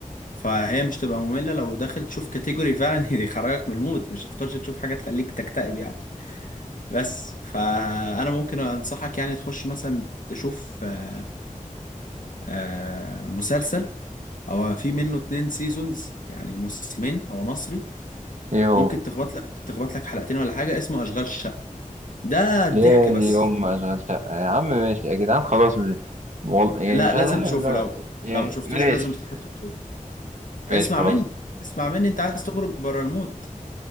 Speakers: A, on the left; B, on the right.
A: فهي مش تبقى مملة لو داخل تشوف كاتيجوري فعلا <laughs> يخرجك من المود مش تخش تشوف حاجة تخليك تكتئب يعني بس فأنا ممكن أنصحك يعني تخش مثلا تشوف آه، آه، مسلسل هو في منه اتنين سيزونز يعني موسمين هو مصري
B: إيه هو
A: ممكن تخبط لك تخبط لك حلقتين ولا حاجة اسمه أشغال شقة ده الضحك
B: يا
A: بس
B: دي أم أشغال شقة يا عم ماشي يا جدعان خلاص مش وال- يعني
A: لا
B: مش
A: لازم
B: عايز أحب
A: تشوفه لو
B: يعني
A: لو ما شوفتوش
B: ماشي
A: لازم تخش تشوفه اسمع
B: ماشي خلاص
A: مني اسمع مني انت عايز تخرج بره المود